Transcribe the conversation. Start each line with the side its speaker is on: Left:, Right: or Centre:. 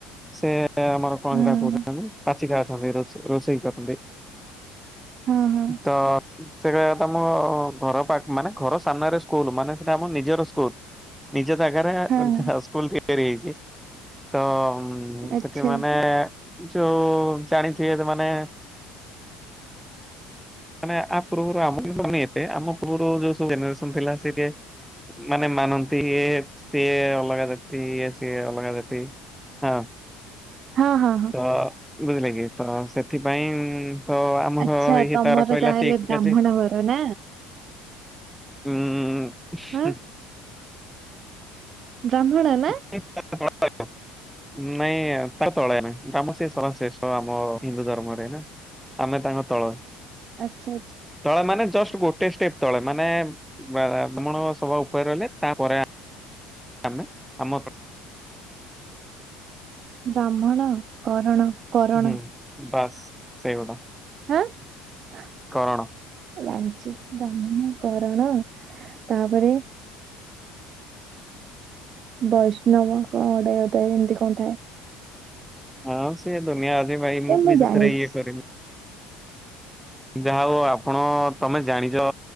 Centre: ସେ ଆମର କଣ
Right: ହଁ
Centre: ସେଇଟା କହୁଛନ୍ତି ପା ପାଚିକା ଅଛନ୍ତି ରୋଷେଇ କରନ୍ତି
Right: ହଁ ହଁ
Centre: ତ। ସେଟା ତମ ଘର ପା ମାନେ ଘର ସାମ୍ନାରେ ସ୍କୁଲ ମାନେ ସେଟା ଆମ ନିଜର ସ୍କୁଲ। ନିଜ ଜାଗାରେ
Right: ହଁ
Centre: ସ୍କୁଲ ତିଆରି ହେଇଛି ତ।
Right: ଆଚ୍ଛା
Centre: ସେଠି ମାନେ ଯୋଉ ଜାଣିଥିବେ ମାନେ ମାନେ ଆ ପୂର୍ବରୁ ଆମ ସବୁ ଏତେ ଆମ ପୂର୍ବରୁ ଯୋଉ ସବୁ ଜନେରେସନ୍ ଥିଲା ସେ ମାନେ ମାନନ୍ତି ଇଏ ସିଏ ଅଲଗା ଜାତି ଇଏ ସିଏ ଅଲଗା ଜାତି। ହଁ।
Right: ହଁ, ହଁ, ହଁ!
Centre: ତ! ବୁଝିଲେ କି ତ ସେଥିପାଇଁ! ତ ଆମର
Right: ଆଚ୍ଛା
Centre: ଏଇ
Right: ତମର
Centre: ତାର କହିଲା।
Right: ତାହେଲେ
Centre: ଠିକ
Right: ବ୍ରାହ୍ମଣ
Centre: କେଜି।
Right: ଘର ନା
Centre: ହୁଁ,
Right: ହଁ ଜହ୍ନରା ନା!
Centre: ହଁ, ମୋତେ ଭଲ ଲାଗିଲା। ନାଇଁ ତା ତଳେ ନାହିଁ। ଆମ ସେ ସଭା ଶେଷ ଆମ ହିନ୍ଦୁ ଧର୍ମରେ ନା। ଆମେ ତାଙ୍କ ତଳ।
Right: ଆଚ୍ଛା ଆଚ୍ଛା।
Centre: ତଳେ ମାନେ ଜଷ୍ଟ ଗୋଟେ ଷ୍ଟେପ ତଳେ ମାନେ ବା ବ୍ରାହ୍ମଣ ସଭା ଉପରେ ରହିଲେ ତାପରେ ଆ ଆମେ ଆମ ତ
Right: ବ୍ରାହ୍ମଣ କରଣ। କରଣ
Centre: ହୁଁ ବାସ୍ ସେଇଗୋଟା।
Right: ହଁ ହା।
Centre: କରଣ।
Right: ଜାଣିଛି ବ୍ରାହ୍ମଣ କାରଣ ତା ପରେ। ବୈଷ୍ଣବ କଣ ଗୋଟାଏ ଥାଏ ଏମିତି କଣ ଥାଏ।
Centre: ହଁ ସିଏ ଦୁନିଆ ଅଛି ଭାଇ ମୁଁ
Right: ଏ
Centre: ବି ସେଥିରେ
Right: ଜାଣିଛି
Centre: ଇଏ କରିନି। ଯାହା ହଉ ଆପଣ ତମେ। ଜାଣିଛ